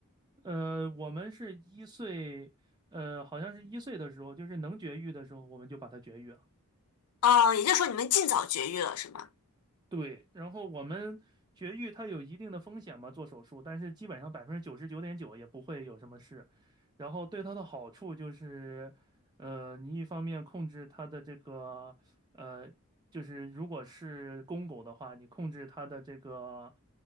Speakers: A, on the right; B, on the left.
A: 呃，我们是一岁，呃，好像是一岁的时候，就是能绝育的时候，我们就把它绝育了。
B: 啊，也就是说你们尽早绝育了是吗？
A: 对，然后我们绝育它有一定的风险嘛，做手术，但是基本上百分之九十九点九也不会有什么事。然后对它的好处就是，呃，你一方面控制它的这个，呃，就是如果是公狗的话，你控制它的这个，